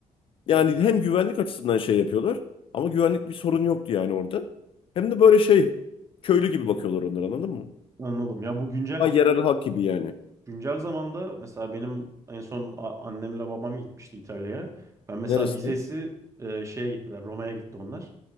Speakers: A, on the left; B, on the right.
A: yani hem güvenlik açısından şey yapıyorlar ama güvenlik bir sorun yoktu yani orada. Hem de böyle şey köylü gibi bakıyorlar onlara anladın mı?
B: anladım. Ya bu güncel
A: Ha yerel halk gibi yani.
B: Güncel zamanda mesela benim en son a- annemle babam gitmişti İtalya'ya. Ben mesela
A: Neresine?
B: vizesi e, şeye gittiler, Roma'ya gitti onlar.